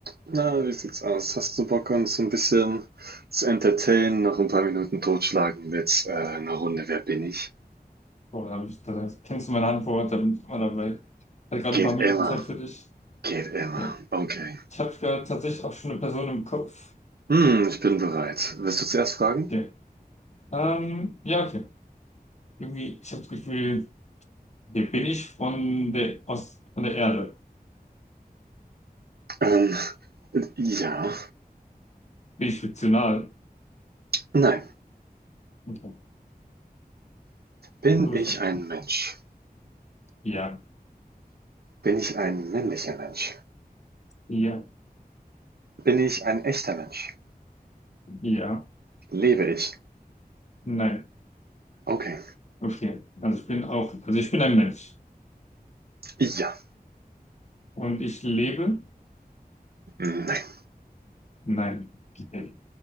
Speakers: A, on the right; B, on the left.
A: Na, wie sieht's aus? Hast du Bock, uns so ein bisschen zu entertainen, noch ein paar Minuten totschlagen mit äh, einer Runde Wer bin ich?
B: Boah, da hab ich, da da kennst du meine Antwort, da bin ich immer dabei. Ich hatte gerade
A: Geht
B: ein paar Minuten
A: immer,
B: Zeit für dich.
A: geht immer.
B: Ja.
A: Okay.
B: Ich habe da tatsächlich auch schon eine Person im Kopf.
A: Hm, ich bin bereit. Willst du zuerst fragen?
B: Okay. Ähm, ja, okay. Irgendwie, ich habe das Gefühl, hier bin ich von der, aus, von der Erde.
A: Ähm, ja,
B: Bin ich fiktional?
A: nein.
B: Okay.
A: Bin
B: Du
A: ich
B: bist dran.
A: ein Mensch?
B: Ja,
A: Bin ich ein männlicher Mensch?
B: ja,
A: Bin ich ein echter Mensch?
B: ja,
A: Lebe ich?
B: nein.
A: Okay.
B: Okay. Also ich bin auch, also ich bin ein Mensch.
A: Ja,
B: Und ich lebe?
A: nein.
B: Nein. Okay.